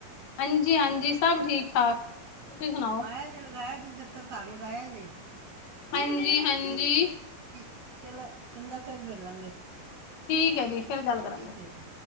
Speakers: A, on the left; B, on the right.
A: ਹਾਂਜੀ ਹਾਂਜੀ ਸਭ ਠੀਕ ਠਾਕ ਤੁਸੀਂ ਸੁਣਾਓ
B: ਆਇਆ ਜੇ ਲਗਾਇਆ ਜੇ ਚੱਕਰ ਕਰ ਲਗਾਇਆ ਜੇ।
A: ਹਾਂਜੀ ਹਾਂਜੀ।
B: ਠੀਕ ਠੀਕ ਚਲੋ ਚੰਗਾ ਫਿਰ ਮਿਲਾਂਗੇ।
A: ਠੀਕ ਹੈ ਜੀ ਫਿਰ ਗੱਲ
B: ਠੀਕ
A: ਕਰਾਂਗੇ!
B: ਹੈ ਜੀ